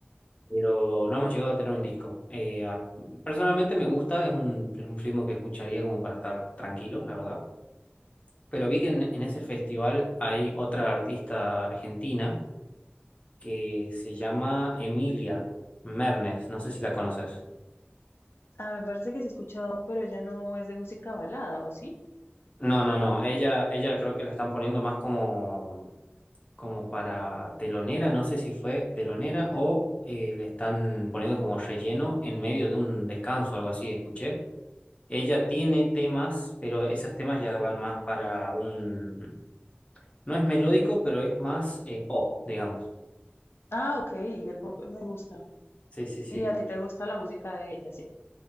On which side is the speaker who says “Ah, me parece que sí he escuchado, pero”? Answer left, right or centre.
Left